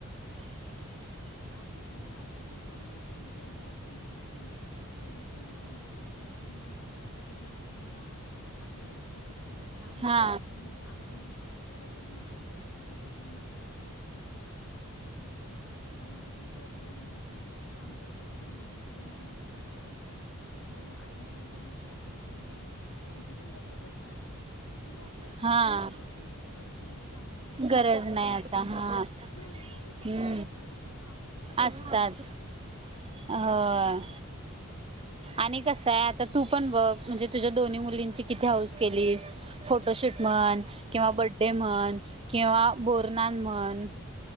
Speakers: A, on the right; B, on the left.
A: <inaudible>
B: आणि नाही आत्ताच्या पोरींनाय की नाही तू एकदा सांगितलंस की नाही लगेच त्यांना समजते की आपली मम्मा आपल्यासाठी कराय लागल आपली आई आपल्यासाठी करायला म
A: हा
B: हे शिकून म्हणजे आपण आप पल जस महत्वाचय तसच हिच पण महत्वाचय ते आता माझ्या पण पोरी म्हणजे असं मी काहीत काम करत असलो की नाही स्प्रॄव्हा म्हणतात सायश्याला सायु आईला त्रास जाऊ नको आ तिजं काम चालूय मग ती पण गप्प बसत्या म्हणजे आपल्याला तेवढं
A: हा
B: डोकं फोडून घ्यायची गरज नाहीय की अग करू
A: गरज
B: नका करू
A: नाही
B: नका
A: आता
B: असं
A: हा
B: म्हणत पोरींना दिस समज
A: हम्म
B: असत्याच ग आपसुकच येत्या
A: असताच
B: त्यांच्याकडे ती समज
A: होय
B: हम्म
A: आणि कसंय आता तू पण बघ म्हणजे तुझ्या दोन्ही मुलींची किती हौस केलीस फोटोशूट म्हणं
B: होय
A: किंवा बड्डे म्हणं किंवा बोरन्हान म्हणं